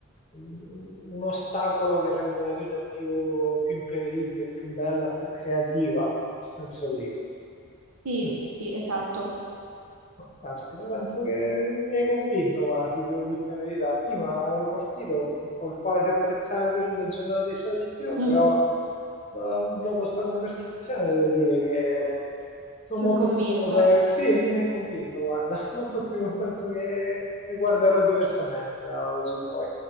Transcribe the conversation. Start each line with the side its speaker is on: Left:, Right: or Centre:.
Left: un ostacolo che rende la vita più, più imprevedibile, più bella, più creativa, in quel senso lì.
Right: Sì,
Left: Mm.
Right: sì, esatto.
Left: No, Caspita, penso che mi hai convinto quasi, devo dirti la verità. Prima ero partito col quasi apprezzare quelle giornate di sole di più,
Right: Mm,
Left: però do- dopo questa conversazione devo dire che sono
Right: ti
Left: molto
Right: ho convinto.
Left: più propenso. Sì, mi hai convinto, guarda, <laughs> molto più, penso che le guarderò diversamente da oggi in poi.